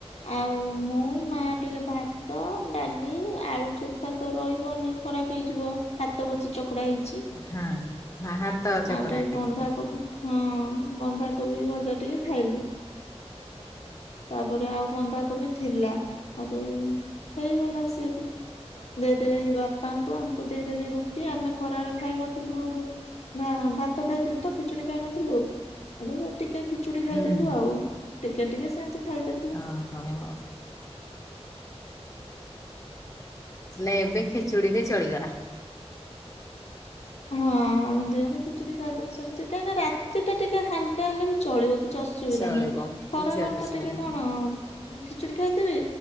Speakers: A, on the left (about 70°); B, on the left (about 30°).
A: ଆଉ ମୁଁ ମା ଟିକେ ଭାତ ଡାଲି ଆଳୁ ଚ ଭାତ ରହିବନି ଖରାପ ହେଇଯିବ ହାତ ବସି ଚକଡା ହେଇଛି।
B: ହଁ ହଁ ହାତ ଚକଡା
A: ଆଉ ଟିକେ
B: ହେଇଛି
A: ବନ୍ଧାକୋବି ବି ହଁ। ବନ୍ଧାକୋବି ଭଜା ଟିକେ ଖାଇଲୁ। ତାପରେ ଆଉ ବନ୍ଧାକୋବି ଥିଲା। ହେଠୁ ହେଇଗଲା ସେ ବି ଦେଇଦେଲି ବାପାଙ୍କୁ ଆଙ୍କୁ ଦେଇଦେଲି ରୁଟି ଆମେ ଖରାରେ ଖାଇ ନଥିଲୁ ରୁ ଭା ଭାତ ଖାଇଥିଲୁ ତ ଖିଚୁଡି ଖାଇନଥିଲୁ। ହେଲେ ଟିକେ ଖିଚୁଡି ଖାଇଦେଲୁ
B: ହୁଁ
A: ଆଉ ଟିକେ ଟିକେ ସେମିତି ଖାଇଦେଲୁ
B: ଓହୋ। ହେଲେ ଏବେ ଖିଚୁଡି ରେ ଚଳିଗଲା?
A: ହଁ, ଆମେ ଦି ଜଣ ଖିଚୁଡ଼ି ଖାଇଦେବୁ ସେମିତି କାହିଁକି ନା ରାତି ଟା ଟିକେ ହାଲକା ହେଲେ ବି ଚଳିବ କିଛି ଅସୁବିଧା
B: ଚଳିବ
A: ନାହିଁ।
B: କିଛି
A: ଖରା ବେଲ
B: ଅସୁବିଧା
A: ଟା ଟିକେ କଣ
B: ନାହିଁ।
A: ଖିଚୁଡ଼ି ଖାଇଥିବି